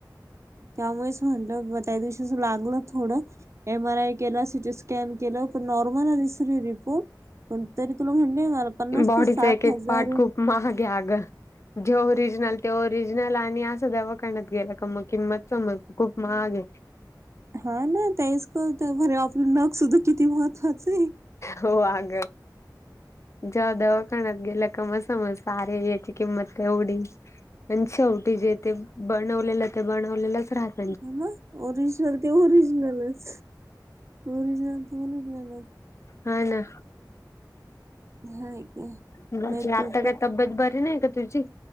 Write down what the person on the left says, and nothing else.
बॉडीचा
एक एक
पार्ट खूप महाग आहे अगं. जे ओरिजनल ते ओरिजनल आणि असं दवाखान्यात गेला का मग किंमत समजते खूप महाग आहे.
हो आग ज्या दवाखान्यात गेल्या म समजत अरे याची किंमत केवढीय. पण शेवटी जे ते बनवलेलं ते बनवलेलंच राहत
हा ना.
म्हणजे
आत्ता
काय तबेत बरी नाही का तुझी.